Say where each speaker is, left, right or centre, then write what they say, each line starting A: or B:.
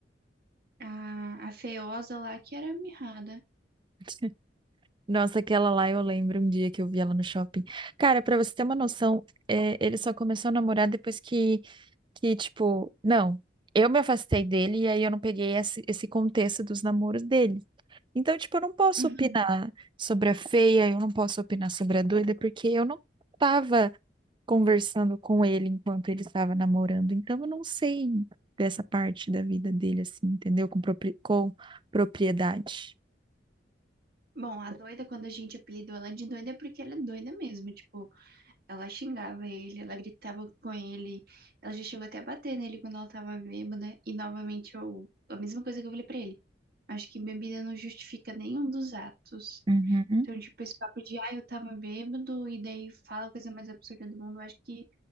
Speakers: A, on the right; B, on the right.
A: a, a feiosa lá que era mirrada.
B: <laughs> Nossa, aquela lá eu lembro um dia que eu vi ela no shopping. Cara, pra você ter uma noção, é, ele só começou a namorar depois que que, tipo, não, eu me afastei dele e aí eu não peguei esse, esse contexto dos namoros dele. Então, tipo, eu não posso
A: <laughs>
B: opinar sobre a feia, eu não posso opinar sobre a doida, porque eu não estava conversando com ele enquanto ele estava namorando. Então, eu não sei dessa parte da vida dele, assim, entendeu? Com, propri- com propriedade.
A: Bom, a doida, quando a gente apelidou ela de doida, é porque ela é doida mesmo. Tipo, ela xingava ele, ela gritava com ele, ela já chegou até a bater nele quando ela tava bêbada. E novamente, eu, a mesma coisa que eu falei pra ele. Acho que bebida não justifica nenhum dos atos.
B: Uhum.
A: Então, tipo, esse papo de, ah, eu tava bêbado, e daí fala a coisa mais absurda do mundo, eu acho que